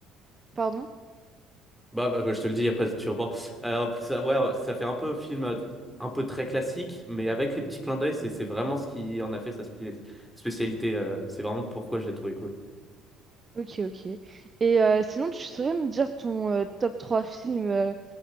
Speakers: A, on the right; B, in the centre.
A: pardon?
B: Bah, bah, bah, je te le dis après, tu reprends. Euh, en plus, ça, ouais, ça fait un peu film, euh, un peu très classique, mais avec les petits clins d'œil, c'est c'est vraiment ce qui en a fait sa spé- spécialité. euh, c'est vraiment pourquoi je l'ai trouvé cool.
A: Ok, ok. Et euh, sinon, tu saurais me dire ton euh, top 3 films, euh,